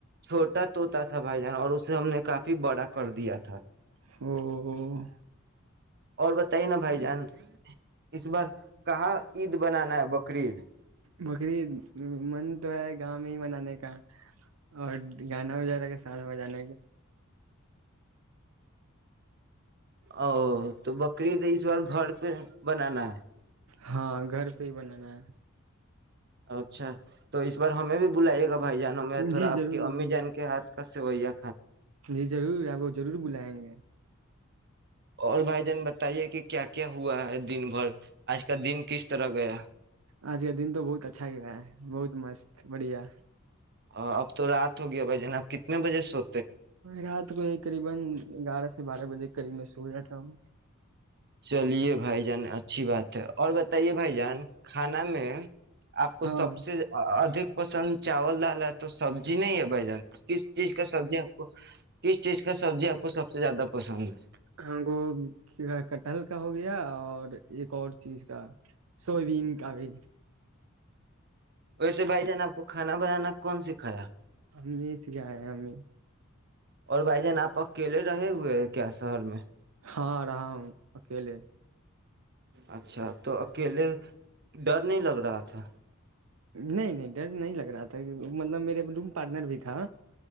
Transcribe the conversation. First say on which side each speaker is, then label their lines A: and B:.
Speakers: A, on the right; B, on the right.
A: چھوٹا طوطا تھا بھائی جان اور اسے ہم نے کافی بڑا کر دیا تھا
B: <inaudible>
A: اور بتائیے نا بھائی جان اس بار کہاں عید بنانا ہے بکرءی عید
B: بکر عید من تو ہے گاؤں میں ہی بنانے کا اور ہ کے ساتھ بجانے کا
A: او تو بکری تو اس بار گھر پہ بنانا ہے
B: ہاں گھر پہ ہی بنانا ہے
A: اچھا تو اس بار ہمیں بھی بلائیے گا بھائی جان ہمیں تھوڑا
B: جی
A: آپ
B: ضرور
A: کے امی جان کے ہاتھ کا سویاں
B: جی ضرور آپ کو ضرور بلائیں گے
A: اور بھائی جان بتائیے کہ کیا کیا ہوا ہے دن بھر آج کا دن کس طرح گیا
B: اج کا دن تو بہت اچھا گیا ہے بہت مست بڑھیا
A: اب تو رات ہو گیا بھائی جان آب کتنے بجے سو
B: رات میں قریبا اغیارہا سے بارہا بجے کے قریب میں سو جاتا ہوں
A: چلیے بھائی جان اچھی بات ہے اور بتائیے بھائی جان کھانا میں آپ کو
B: ہاں
A: سب سے ادک پسند چاول ڈال ہے تو سبزی نہیں ہے بھ جان کس چیز کا سبزی آپ کو کس چیز کا سبزی آپ کو سب سب سے زیادہ پسند ہے
B: ہگو ک ب کٹہل کا ہو گیا اور اور ایک اور چیز کا سویابین کا بھی
A: ویسے بھائی جان نے آ کو کھانا بنانا کون سکھایا
B: ہممی سے گ آ ہیں ہمیں
A: اور بھائی جان آپ اکیلے رہے ہوئے ہیں کیا شہر میں
B: ہاں رہا ہوں اکیلے
A: اچھا تو اکیلے ڈر نہیں لگ رہا تھا
B: نہیں نہیں ڈر نہیں لگ رہا تھا مطلب میرے روم پارٹنر بھی تھا